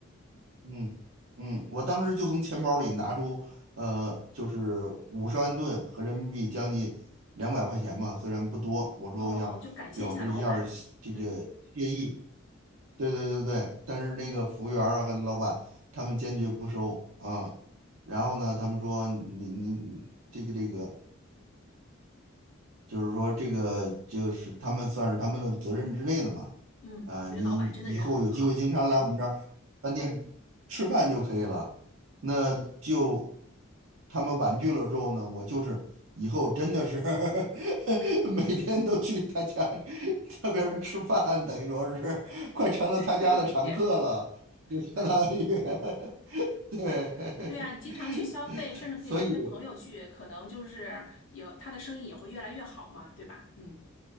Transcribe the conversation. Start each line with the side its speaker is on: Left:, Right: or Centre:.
Right: 嗯嗯，我当时就从钱包里拿出，呃，就是五十万盾和人民币将近两百块钱嘛，虽然不多，我说我想表示一下儿谢这个谢意，
Left: 哦哦，就感谢一下老板。嗯
Right: 对对对对，但是那个服务员儿啊和老板他们坚决不收啊，然后呢，他们说你你这个这个就是说这个就是他们算是他们的责任之内的嘛。
Left: 嗯，
Right: 啊，
Left: 觉得老板真的人很好。
Right: 你以后有机会经常来我们这儿饭店吃饭就可以了。
Left: 嗯，
Right: 那就他们婉拒了之后呢，我就是以后真的是 <laughs> 每天都去他家这边儿吃饭，等于说是快成了他家的常客了，
Left: 可以理解。
Right: 就相当于
Left: 对
Right: <laughs> 对。
Left: 对啊，你经常去消费，
Right: <laughs>
Left: 甚至可以带些朋友去，
Right: 所以。
Left: 可能就是有他的生意也会越来越好嘛，对吧？嗯，